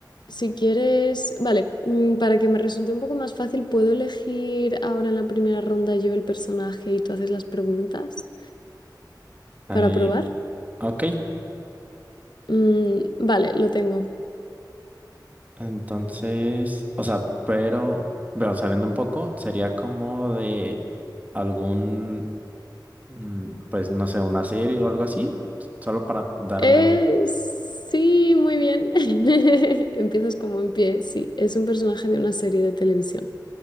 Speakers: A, on the left; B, on the right.
A: si quieres, vale, mm, para que me resulte un poco más fácil, ¿puedo elegir ahora en la primera ronda yo el personaje y tú haces las preguntas
B: Eh,
A: para probar?
B: ok.
A: Mm, vale, lo tengo.
B: Entonces, o sea, pero, bueno, saliendo un poco, sería como de algún, mm, pues no sé, una serie o algo así, solo para darme
A: Eh,
B: un...
A: sí, muy bien. <laughs> Empiezas como en pie, sí, es un personaje de una serie de televisión.